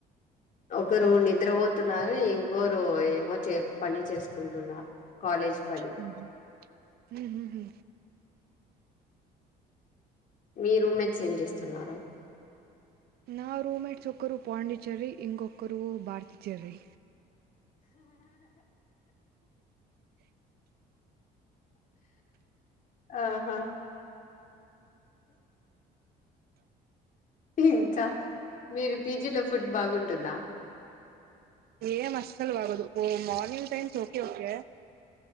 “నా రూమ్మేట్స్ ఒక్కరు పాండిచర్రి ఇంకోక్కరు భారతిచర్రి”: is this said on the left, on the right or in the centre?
Right